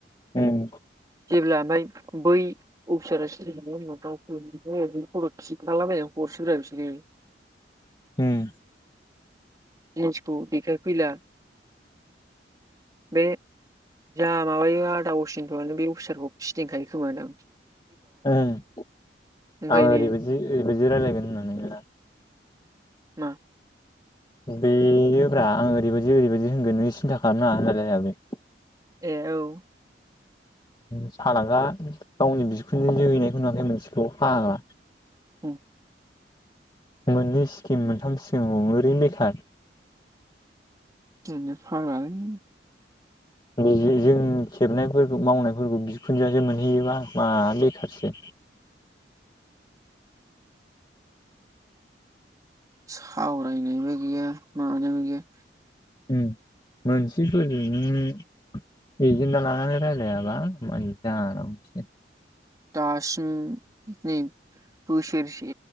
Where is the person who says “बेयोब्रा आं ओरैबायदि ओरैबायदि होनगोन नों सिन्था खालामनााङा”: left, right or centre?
Left